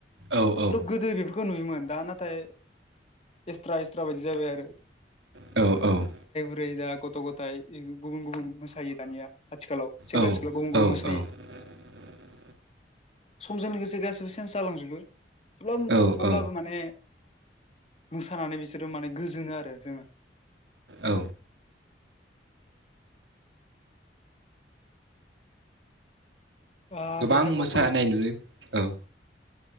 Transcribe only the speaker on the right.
औ औ
औ औ
औ
<inaudible>
औ
औ
औ
गोबां
मोसानाय नुयो औ